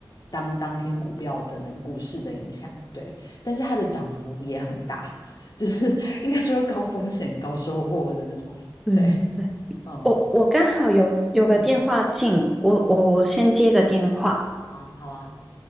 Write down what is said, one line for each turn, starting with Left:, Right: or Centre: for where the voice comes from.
Left: 当当天股票的那个股市的影响，对。但是它的涨幅也很大，就是 <laughs> 应该说高风险高收获的那种，
Centre: 对对对对，
Left: 对，嗯
Centre: 我我刚好有有个电话进，
Left: 嗯，
Centre: 我我先接个电话。
Left: 啊，好啊。